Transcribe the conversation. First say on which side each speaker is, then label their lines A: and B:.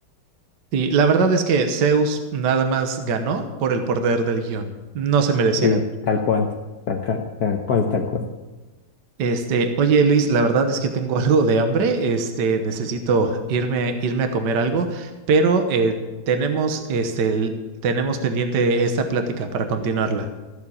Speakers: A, on the right; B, on the left.
A: sí, la verdad es que Zeus nada más ganó por el poder del guión. No se merecía
B: y
A: ganar.
B: tal cual, tal cual, tal cual, tal cual.
A: Este, oye Luis, la verdad es que tengo <laughs> algo de hambre, este, necesito irme, irme a comer algo, pero eh, tenemos, este, el- tenemos pendiente esta plática para continuarla.